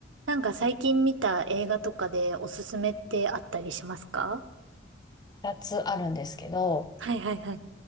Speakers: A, on the right; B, on the left.
A: なんか最近見た映画とかでおすすめってあったりしますか
B: 二つあるんですけど、
A: はいはいはい。